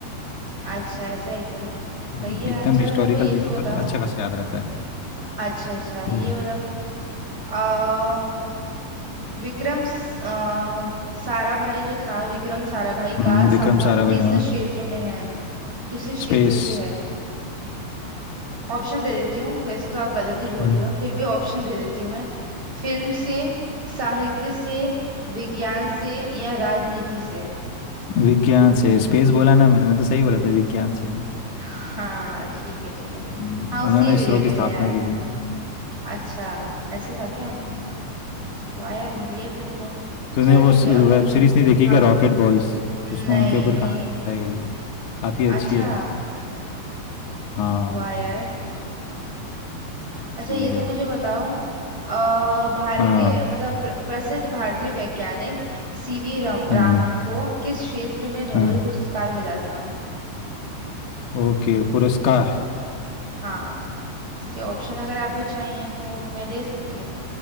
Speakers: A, on the right; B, on the left.
A: अच्छा ऐसा है क्या
B: हम्म,
A: सही है यार
B: एकदम
A: चलो
B: हिस्टोरिकल
A: मेरे को ये
B: भी
A: तो
B: नहीं
A: बताओ
B: पर अच्छा खासा याद रहता है
A: अच्छा अच्छा ये
B: हम्म
A: बताओ विक्रम स- अ, साराभाई जो था विक्रम साराभाई
B: हम्म,
A: का
B: विक्रम
A: संबंध
B: साराभाई
A: किस
B: हाँ
A: क्षेत्र में है किस क्षेत्र
B: स्पेस
A: से है ऑप्शन दे देती हूँ वैसे तो आप गलत ही
B: ठीक
A: बोल रहे हो फिर भी ऑप्शन दे देती हूँ मैं फिल्म से साहित्य से विज्ञान से या राजनीति से
B: विज्ञान से स्पेस बोला ना मैंने मैं तो सही बोला था विज्ञान से है ना
A: हाँ ठीक है ठीक है
B: हम्म,
A: हाँ उससे
B: उन्होंने
A: ही रिलेटेड
B: इसरो की स्थापना
A: है यार
B: की थी ना हम्म,
A: अच्छा ऐसा था क्या
B: हम्म।
A: वाह यार बढ़िया है फिर तो
B: तूने
A: चलो
B: वो
A: ठीक
B: स-
A: है
B: वेब
A: अब मेरे को
B: सीरीज नहीं देखी
A: हाँ
B: क्या रॉकेट बॉयज
A: नहीं
B: उसमें उनके ऊपर
A: नहीं
B: कहानी बताई गई है काफ़ी अच्छी
A: अच्छा
B: है हाँ
A: वाह यार अच्छा
B: ठीक
A: ये तो
B: है
A: मुझे बताओ अ, भारतीय
B: हाँ
A: मतलब प्र- प्रसिद्ध भारतीय वैज्ञानिक सीवी राम, रामन
B: हम्म
A: को किस क्षेत्र में नोबेल
B: हाँ
A: पुरस्कार मिला था
B: ओके पुरस्कार
A: हाँ इसके ऑप्शन अगर आपको चाहिए तो मैं दे सकती हूँ